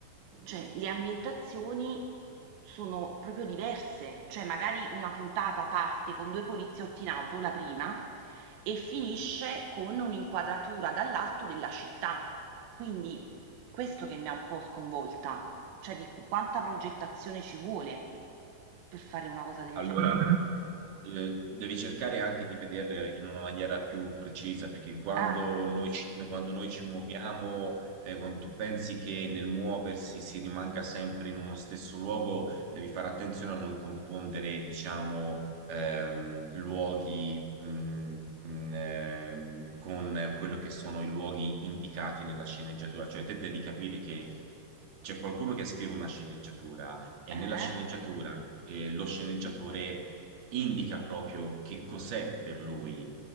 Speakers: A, on the right; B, on the right.
A: cioè, le ambientazioni sono proprio diverse, cioè magari una puntata parte con due poliziotti in auto, la prima, e finisce con un'inquadratura dall'alto della città. Quindi questo che mi ha un po' sconvolta, cioè di cu- quanta progettazione ci vuole per fare una cosa del
B: Allora,
A: genere.
B: eh, devi cercare anche di vedere in una maniera più precisa, perché quando
A: Ah,
B: noi ci, quando noi ci muoviamo, eh, quando tu pensi che nel muoversi si rimanga sempre in uno stesso luogo, devi fare attenzione a non confondere, diciamo, ehm, luoghi, mh, mh, ehm, con quello che sono i luoghi indicati nella sceneggiatura. Cioè, te devi capire che c'è qualcuno che scrive una sceneggiatura e
A: eh?
B: nella sceneggiatura eh, lo sceneggiatore indica proprio che cos'è per lui